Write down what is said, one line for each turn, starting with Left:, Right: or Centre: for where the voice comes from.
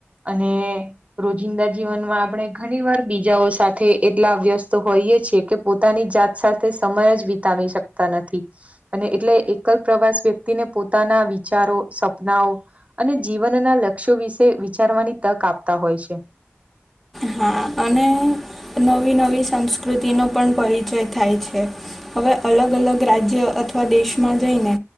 Right: અને રોજિંદા જીવનમાં આપણે ઘણી વાર બીજાઓ સાથે એટલા વ્યસ્ત હોઈએ છેીએ કે પોત પોતાની જાત સાથે સમય જ વિતાવી શકતા નથી. અને એટલે એકલ પ્રવાસ વ્યક્તિને પોતાના વિચારો, સપનાઓ અને જીવનના લક્ષ્યો વિશે વિચારવાની તક આપતા હોય છે.
Centre: હા અને નવી-નવી સંસ્કૃતિનો પણ પરિચય થાય છે. હવે અલગ-અલગ રાજ્ય અથવા દેશમાં જઈને